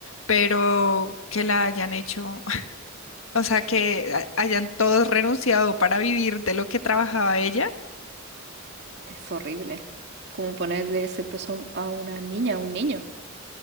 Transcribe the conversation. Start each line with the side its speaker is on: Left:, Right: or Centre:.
Left: pero que la hayan hecho, <laughs> o sea, que ha- hayan todos renunciado para vivir de lo que trabajaba ella.
Right: Es horrible, como ponerle ese peso a una niña, a un niño.